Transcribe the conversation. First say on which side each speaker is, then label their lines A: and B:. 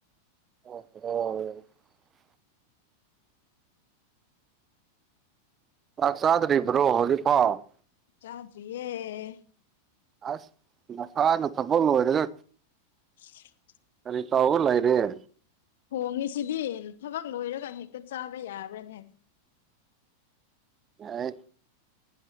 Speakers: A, on the right; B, on the left.
A: ꯑꯣ ꯂꯥꯛꯁꯥꯗꯔꯤ꯭ꯔꯣꯔꯤꯐꯥꯎ
B: ꯆꯥꯖꯌꯦ
A: ꯑꯁ ꯉꯁꯥ ꯅ ꯊꯕꯣ ꯑꯣꯏꯔꯦ
B: <unintelligible>
A: ꯀꯔꯤ ꯇꯥꯎꯕ ꯂꯩꯔꯦ
B: ꯍꯣꯡꯉꯤꯁꯤꯗꯤ ꯊꯕꯛ ꯂꯣꯏꯔꯒ ꯍꯦꯛꯇ ꯆꯥꯕ ꯌꯥꯕ꯭ꯔꯅꯦ
A: ꯍ